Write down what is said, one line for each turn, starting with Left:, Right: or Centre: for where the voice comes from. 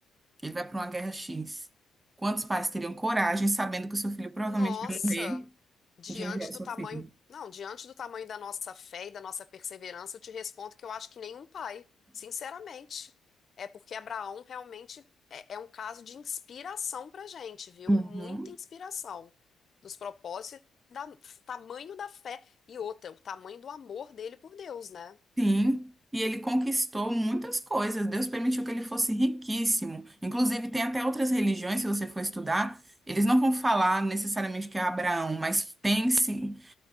Right: Ele vai para uma guerra X. Quantos pais teriam coragem, sabendo que o seu filho provavelmente
Left: Nossa,
Right: ia morrer,
Left: diante
Right: de enviar o
Left: do
Right: seu
Left: tamanho,
Right: filho?
Left: não, diante do tamanho da nossa fé e da nossa perseverança, eu te respondo que eu acho que nenhum pai, sinceramente. É porque Abraão realmente é, é um caso de inspiração pra gente, viu?
Right: Uhum.
Left: Muita inspiração dos propósitos e da tamanho da fé e outra, o tamanho do amor dele por Deus, né?
Right: Sim, e ele conquistou muitas coisas. Deus permitiu que ele fosse riquíssimo. Inclusive, tem até outras religiões, se você for estudar, eles não vão falar necessariamente que é Abraão, mas tem-se.